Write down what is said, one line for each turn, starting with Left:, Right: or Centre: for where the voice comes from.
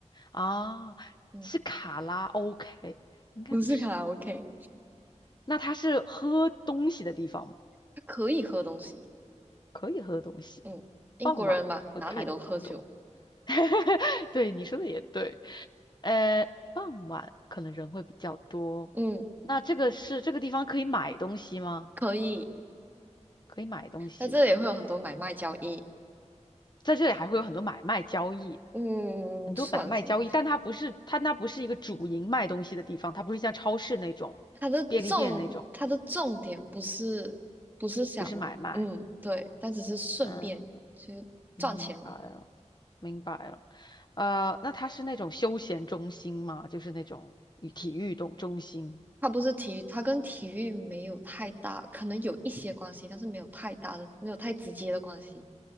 Left: 啊，
Right: 嗯，
Left: 是卡拉 OK，应该不是。
Right: 不是卡拉 OK，
Left: 那它是喝东西的地方吗？
Right: 他可以喝东西。
Left: 可以喝东西，
Right: 嗯，英国人嘛，
Left: 傍晚会开的比较多。
Right: 哪里都喝酒。
Left: <laughs> 对，你说的也对。呃，傍晚可能人会比较多。
Right: 嗯，
Left: 那这个是这个地方可以买东西吗？
Right: 可以，
Left: 可以买东西，
Right: 在这里会有很多买卖交易。
Left: 在这里还会有很多买卖交易，
Right: 嗯，
Left: 很多买卖交易，
Right: 算是
Left: 但它不是它那不是一个主营卖东西的地方，它不是像超市那种、
Right: 他的重，
Left: 便利店那种，
Right: 他的重点不是不是想，
Left: 不是买卖。
Right: 嗯，对，但只是顺便，
Left: 嗯，
Right: 其实赚钱嘛。
Left: 明白了，明白了。呃，那它是那种休闲中心吗？就是那种体育动中心。
Right: 它不是体育，它跟体育没有太大，可能有一些关系，但是没有太大的，没有太直接的关系。